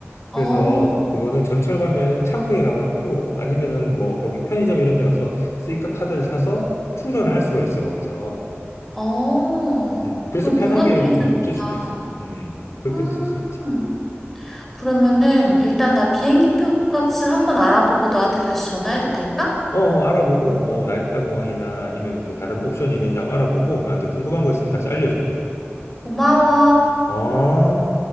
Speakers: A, on the left; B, in the centre.
A: 그래서
B: 어.
A: 그거는 전철 가면 창구에 가가지고 아니면은 뭐 거기 편의점 이런 데 가서 스이카 카드를 사서 충전을 할 수가 있어 거기서.
B: 어,
A: 음. 그래서
B: 그럼
A: 편하게
B: 그것도
A: 음,
B: 괜찮겠다.
A: 쓸 수도 있어. 음. 음. 그렇게도
B: 음,
A: 쓸 수 있지.
B: 그러면은 일단 나 비행기 표 값을 한번 알아보고 너한테 다시 전화해도 될까?
A: 어, 어, 알아보고 뭐 나리타 공항이나 아니면 또 다른 옵션이 있는지 한번 알아보고 나한테 궁금한 거 있으면 다시 알려줘.
B: 고마워.
A: 어.